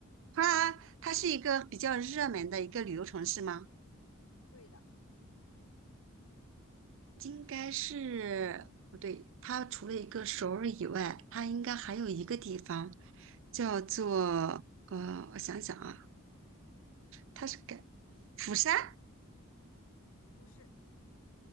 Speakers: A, on the right; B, on the left.
A: 它它是一个比较热门的一个旅游城市吗？
B: 对的，
A: 应该是不对，它除了一个首尔以外，它应该还有一个地方叫做呃，我想想啊，它是改釜山，
B: 不是，